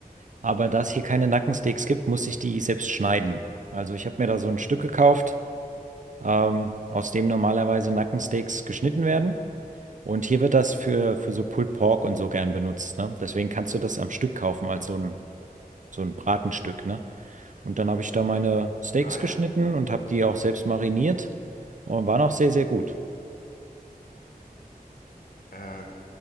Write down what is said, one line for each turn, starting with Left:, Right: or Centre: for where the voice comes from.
Right: Aber da es hier keine Nackensteaks gibt, muss ich die selbst schneiden. Also ich habe mir da so ein Stück gekauft, ähm, aus dem normalerweise Nackensteaks geschnitten werden. Und hier wird das für, für so Pulled Pork und so gern benutzt, ne? Deswegen kannst du das am Stück kaufen, als so ein, so ein Bratenstück, ne? Und dann habe ich da meine Steaks
Left: ah
Right: geschnitten
Left: ja.
Right: und habe die auch selbst mariniert und waren auch sehr, sehr gut.
Left: Äh,